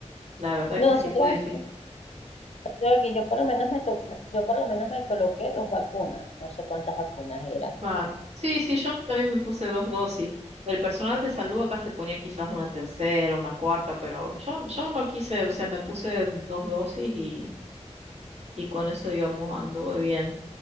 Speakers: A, on the right (about 65°); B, on the left (about 65°).
A: la verdad
B: No,
A: que
B: nosotros...
A: sí fue difícil.
B: O sea, que yo por lo menos me to- yo por lo menos me coloqué dos vacunas, no sé cuántas vacunas eran.
A: Claro. Sí, sí, yo también me puse dos dosis. El personal de salud acá se ponía quizás una tercera, una cuarta, pero yo, yo no quise, o sea, me puse dos dosis y, y con eso, digamos, anduve bien.